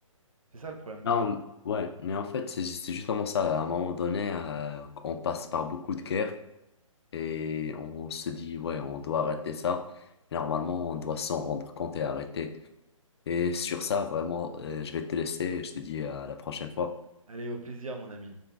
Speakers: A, on the right (about 80°); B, on the left (about 50°).
A: C'est ça le problème de
B: Non,
A: fond.
B: ouais, mais en fait, c'est c'est justement ça. À un moment donné, euh, on passe par beaucoup de guerres. et on se dit, ouais, on doit arrêter ça. Normalement, on doit s'en rendre compte et arrêter. Et sur ça, vraiment, euh, je vais te laisser. Je te dis à la prochaine fois.
A: Allez, au plaisir, mon ami.